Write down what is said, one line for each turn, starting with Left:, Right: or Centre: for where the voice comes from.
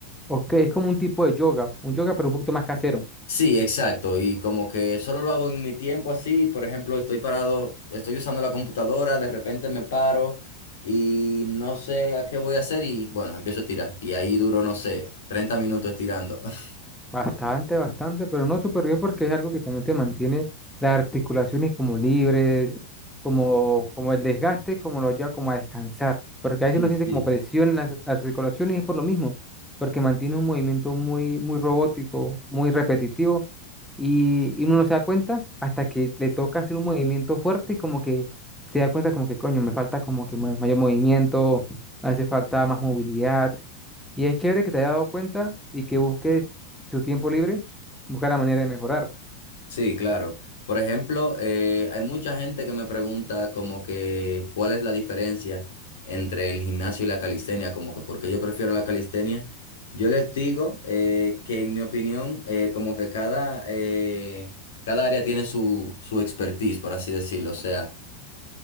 Centre: Ok, es como un tipo de yoga, un yoga pero un poquito más casero.
Left: Sí, exacto. Y como que solo lo hago en mi tiempo así. Por ejemplo, estoy parado, estoy usando la computadora, de repente me paro y no sé a qué voy a hacer y bueno, empiezo a tirar. Y ahí duro, no sé, 30 minutos tirando. <laughs>
Centre: Bastante, bastante, pero no súper bien porque es algo que también te mantiene las articulaciones como libres, como, como el desgaste, como lo lleva como a descansar. Porque a veces
Left: Sí,
Centre: uno siente
Left: sí.
Centre: como presión en las articulaciones y es por lo mismo, porque mantiene un movimiento muy, muy robótico, muy repetitivo y, y uno no se da cuenta hasta que le toca hacer un movimiento fuerte y como que se da cuenta como que coño, me falta como que ma- mayor movimiento, hace falta más movilidad. Y es chévere que te haya dado cuenta y que busques su tiempo libre, buscar la manera de mejorar.
Left: Sí, claro. Por ejemplo, eh, hay mucha gente que me pregunta como que cuál es la diferencia entre el gimnasio y la calistenia, como que por qué yo prefiero la calistenia. Yo les digo eh, que en mi opinión, eh, como que cada, eh, cada área tiene su, su expertise, por así decirlo. O sea,